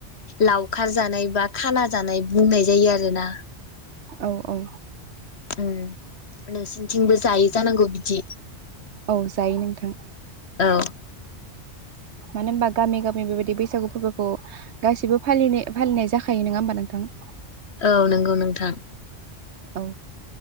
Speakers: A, on the left; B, on the right.
A: लावखार जानाय बा खाना जानाय बुंनाय जायो आरोना
B: औ औ
A: उम नोंसिनिथिंबो जायो जानांगौ बिदि?
B: औ जायो नोंथां।
A: अ
B: मानो होनबा गामि गामि बेबायदि बैसागु फोरबोखौ गासैबो फालि-फालिनाय जाखायो नङा होमबा नोंथां?
A: औ नंगौ नोंथां।
B: औ